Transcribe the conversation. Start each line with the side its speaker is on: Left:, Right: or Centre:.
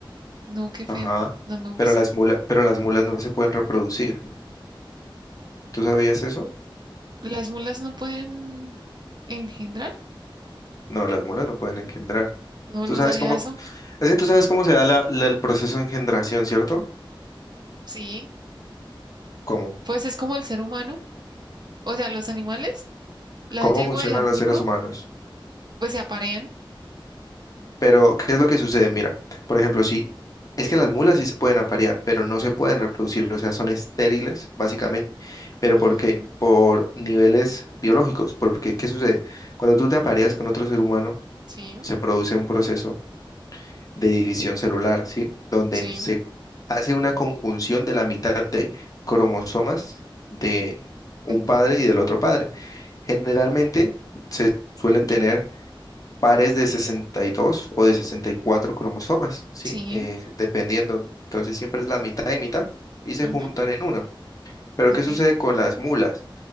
Right: No, qué
Left: Ajá.
Right: feo. No me gusta.
Left: Pero las mulas, pero las mulas no se pueden reproducir. ¿Tú sabías eso?
Right: ¿Las mulas no pueden engendrar?
Left: No, las mulas no pueden engendrar.
Right: No,
Left: ¿Tú
Right: no
Left: sabes
Right: sabía
Left: cómo?
Right: eso.
Left: Es que tú sabes cómo se da la- la- el proceso de engendración, ¿cierto?
Right: Sí,
Left: ¿Cómo?
Right: pues es como el ser humano. O sea, los animales, la
Left: ¿Cómo
Right: yegua
Left: funcionan
Right: y el
Left: los
Right: burro,
Left: seres humanos?
Right: pues se aparean.
Left: Pero, ¿qué es lo que sucede? Mira, por ejemplo, si es que las mulas sí se pueden aparear, pero no se pueden reproducir, o sea, son estériles, básicamente. ¿Pero
Right: Mm,
Left: por qué? Por niveles biológicos. Porque, ¿qué sucede? Cuando tú te apareas con otro ser humano,
Right: sí,
Left: se produce un proceso de división celular, ¿sí? Donde
Right: sí.
Left: se hace una conjunción de la mitad de cromosomas de un
Right: ujú.
Left: padre y del otro padre. Generalmente se suelen tener pares de 62 o de 64 cromosomas, ¿sí?
Right: Sí,
Left: Eh, dependiendo. Entonces siempre es la mitad y mitad y se
Right: ajá,
Left: juntan en uno. Pero
Right: ok.
Left: ¿qué sucede con las mulas?